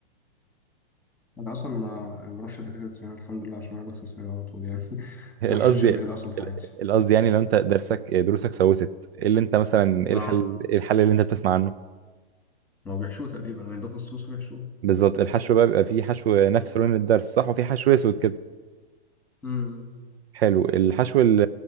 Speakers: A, in the centre; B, on the right (about 70°).
A: انا اصلا ما أنا ما بروحش دكاتره السنان الحمد لله عشان انا بغسل سناني على طول يعني <laughs>
B: القصد
A: ما حشتش قبل كده اصلا في حياتي
B: القصد يعني لو انت درسك دروسك سوست ايه اللي انت مثلا ايه
A: اه
B: الحل ايه الحل اللي انت بتسمع عنه
A: ما بيحشوه تقريبا يعني ده فصوص ويحشوه
B: بالظبط الحشو بقى بيبقى فيه حشو نفس لون الدرس صح وفي حشو اسود كده
A: امم
B: حلو الحشو ال-